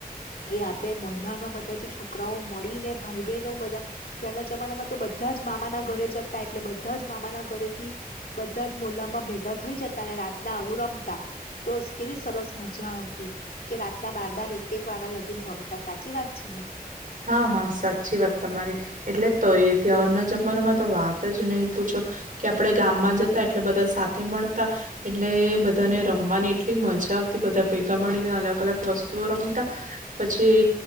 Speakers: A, on the left; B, on the right.
A: એ આપણેે મોલ્લાના બધા જે છોકરાઓ મળી ને ભાઈ બહેનો બધા ત્યાંના જમાનામાં તો બધા જ મામાના ઘરે જતા એટલે બધા જ મામાના ઘરેથી. બધા જ મોલામાં ભેગા થઈ જતા અને રાતના આવું રમતા તો કેવી સરસ મજા આવતી કે રાતના બાર બાર એક એક વાગ્યા લગીને રમતા સાચી વાત છે ને.
B: હા હા સાચી વાત, તમારી એટલે તો એ ત્યાારના જમાનામાં તો વાત જ નહી પૂછો કે આપણે ગામમાં જતા એટલે બધા સાથે મળતા, એટલે બધાને રમવાની એટલી મજા આવતી બધા ભેગા મળીને અલગ અલગ વસ્તુઓ રમતા પછી